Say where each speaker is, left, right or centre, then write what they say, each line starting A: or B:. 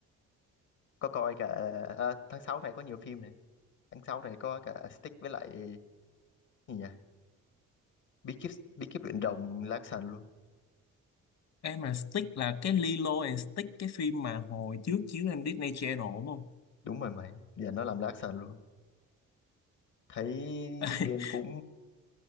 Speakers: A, on the left; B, on the left.
A: có coi cả à, tháng 6 này có nhiều phim này tháng 6 này có cả Stick với lại gì nhỉ bí kíp bí kíp luyện đồng lá sàn luôn
B: Cái mà Stick là cái Lilo and Stick cái phim mà hồi trước chiếu trên Disney Channel đúng không?
A: đúng rồi mày giờ nó làm lá sàn luôn thấy
B: <laughs>
A: diễn viên cũng